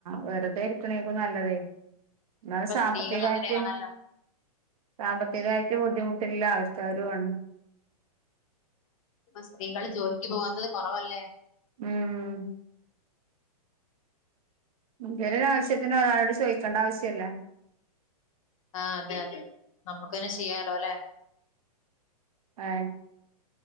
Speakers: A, on the right (about 65°); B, on the left (about 55°).
A: വെറുതെ ഇരിക്കണയിരിക്കും നല്ലതേ എന്ന
B: ഇപ്പൊ
A: സാമ്പത്തിക
B: സ്ത്രീകൾ അങ്ങനെയാണല്ലോ
A: ആയിട്ട് സാമ്പത്തികമായിട്ട് ബുദ്ധിമുട്ടില്ല ആൾക്കാരുമാണ്
B: ഇപ്പ സ്ത്രീകൾ ജോലിക്ക് പോവാത്തത് കൊറവല്ലേ
A: ഉം എന്തേലും ഒരു ആവശ്യത്തിന് ഒരാളോട് ചോദിക്കണ്ട ആവശ്യല്ല
B: ആ അതെ അതെ നമുക്കാന്നെ ചെയ്യാലോ അല്ലെ
A: ആ